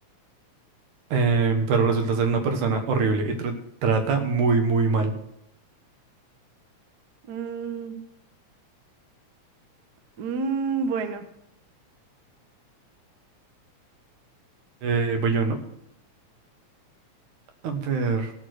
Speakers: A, on the right (about 85°); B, on the right (about 60°).
A: Em, pero resulta ser una persona horrible y tra- trata muy, muy mal.
B: Mm, mm, bueno.
A: Eh, voy yo, ¿no? A ver.